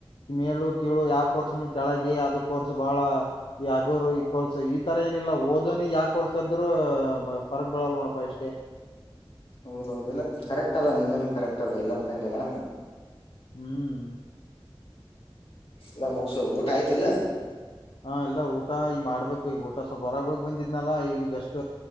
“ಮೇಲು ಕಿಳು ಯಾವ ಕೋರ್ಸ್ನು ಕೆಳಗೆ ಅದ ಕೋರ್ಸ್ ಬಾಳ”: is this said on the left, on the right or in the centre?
Left